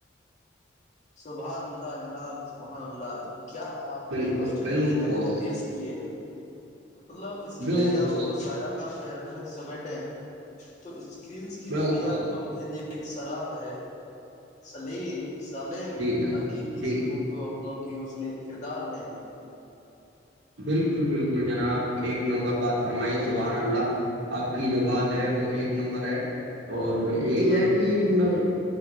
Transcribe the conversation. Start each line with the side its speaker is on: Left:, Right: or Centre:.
Left: سبحان اللہ جناب سبحان اللہ کیا آپ
Right: بالکل
Left: نے مصنوعی
Right: بالکل
Left: کی نجت تیز کی ہے مطلب اسی
Right: بالکل
Left: پیغام کو سائرانا پیرن میں سمیٹیں تو اس کرنس کی
Right: بالکل
Left: دنیا تم ہے ج ایک شراب ہے سلیم چالم
Right: جی جناب
Left: آ کی کی
Right: جی
Left: سکو تو وں کی اس نے کردار میں ہیں
Right: بالکل بالکل ایک نمبر بات فرمائیے سبحان اللہ آپ کی جو بات ہے وہ ایک نمبر ہے اور یہی
Left: مطلب
Right: ہے کہ مطلب